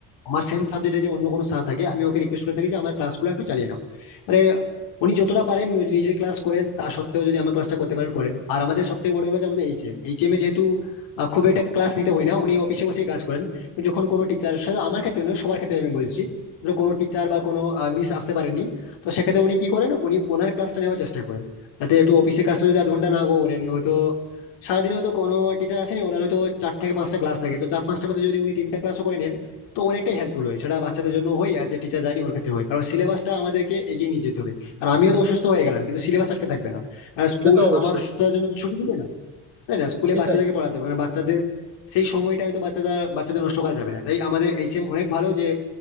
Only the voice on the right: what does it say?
সে তো অবশ্যই
সেটাই